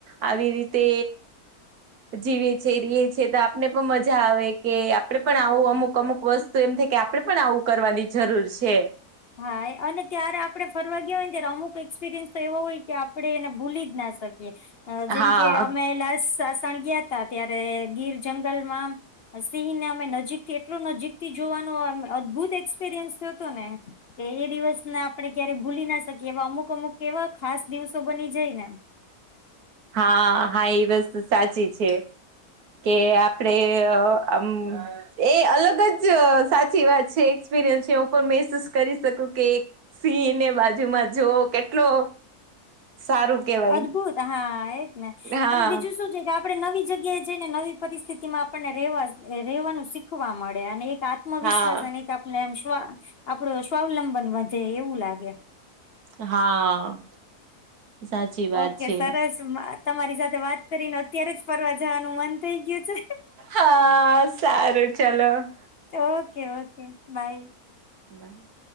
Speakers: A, on the right (about 80°); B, on the left (about 50°).
A: આવી રીતે જીવે છીએ, રીએ છે તો આપને પણ મજા આવે કે આપડે પણ આવું અમુક અમુક વસ્ તુ એમ થાય કે આપણે પણ આવું કરવાની જરૂર છે.
B: હા એ અને ત્યારે આપડે ફરવા ગયા હોય ને ત્યારે અમુક કંઈક એક્સપિરિયન્સ તો એવો હોય કે આપણે એને ભૂલી જ ના શકીએ. અ જેમ
A: હા
B: કે અમે લાસ સાસણ ગયાતા ત્યારે ગીર જંગલમાં સિંહને અમે નજીકથી એટલો નજીકથી જોવાનો આમ અદભુત એક્સપિરિયન્સ હતો ને. કે એ દિવસને આપણે ક્યારે ભૂલી ના શકીએ એવા અમુક અમુક એવા ખાસ દિવસો બની જાય ને.
A: હા હા એ વસ્તુ સાચી છે. કે આપડે આમ એ અલગ જ સાચી વાત છે એક્સપિરિયન્સ છે હું પણ મહેસૂસ કરી શકું કે સિંહને બાજુમાં જોવો કેટલો સારું. કેવાય
B: અદભુત હા એજ ને
A: હા
B: અને બીજું શું છે કે આપણે નવી જગ્યાએ જઈને નવી પરિસ્થિતિમાં આપણને રેવા રેવાનું શીખવા મળે અને એક આત્મ આત્મવિશ્વાસ
A: હા
B: અને એક આપને આમ સ્વા આપડો સ્વાવલંબન વધે એવું લાગે.
A: હા સાચી વાત
B: ઓકે
A: છે
B: સરસ માં તમારી સાથે વાત કરીને અત્યારે જ ફરવા જાવાનું મન થઈ ગયું છે.
A: હા સારું ચલો.
B: Okay okay bye.
A: બાય.